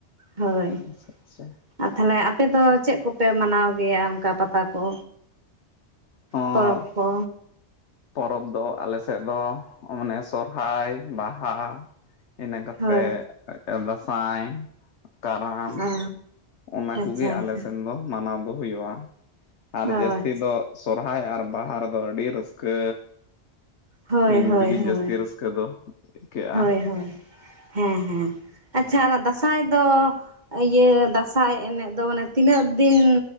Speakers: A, on the right; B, on the left.
A: ᱦᱳᱭ
B: <unintelligible>
A: ᱟᱨ ᱛᱟᱦᱚᱞᱮ ᱟᱯᱮ ᱫᱚ ᱪᱮᱫ ᱠᱚᱯᱮ ᱢᱟᱱᱟᱣ ᱜᱮᱭᱟ ᱚᱱᱠᱟ ᱯᱟᱛᱟ ᱠᱚ?
B: ᱦᱚᱸ
A: ᱯᱚᱨᱚᱵ ᱠᱚ,
B: ᱯᱚᱨᱚᱵᱽ ᱫᱚ ᱟᱞᱮ ᱥᱮᱫ ᱫᱚ ᱢᱟᱱᱮ ᱥᱚᱨᱦᱟᱭ, ᱵᱟᱦᱟ, ᱤᱱᱟᱹ ᱠᱟᱛᱮᱜ
A: ᱦᱳᱭ
B: ᱫᱟᱸᱥᱟᱭ, ᱠᱟᱨᱟᱢ,
A: ᱚ
B: ᱚᱱᱟ
A: ᱟᱪᱪᱷᱟ
B: ᱠᱚᱜᱮ
A: ᱟᱪᱪᱷᱟ
B: ᱟᱞᱮ ᱥᱮᱱ ᱫᱚ ᱢᱟᱱᱟᱣ ᱫᱚ ᱦᱩᱭᱩᱜᱼᱟ᱾ ᱟᱨ
A: ᱚ
B: ᱡᱟᱹᱥᱛᱤ
A: ᱟᱪᱪᱷᱟ
B: ᱫᱚ ᱥᱚᱨᱦᱟᱭ ᱟᱨ ᱵᱟᱦᱟ ᱨᱮᱫᱚ ᱟᱹᱰᱤ ᱨᱟᱹᱥᱠᱟᱹ,
A: ᱦᱳᱭ
B: ᱤᱱ
A: ᱦᱳᱭ
B: ᱨᱮᱜᱮ
A: ᱦᱳᱭ
B: ᱡᱟᱹᱥᱛᱤ ᱨᱟᱹᱥᱠᱟᱹ ᱫᱚ ᱟᱹᱭᱠᱟᱹᱜᱼᱟ᱾
A: ᱦᱳᱭ ᱦᱳᱭ ᱦᱮᱸ ᱦᱮᱸ ᱟᱪᱪᱷᱟ ᱚᱱᱟ ᱫᱟᱸᱥᱟᱭ ᱫᱚ ᱤᱭᱟᱹ ᱫᱟᱸᱥᱟᱭ ᱮᱱᱮᱡ ᱫᱚ ᱢᱟᱱᱮ ᱛᱤᱱᱟᱹᱜ ᱫᱤᱱ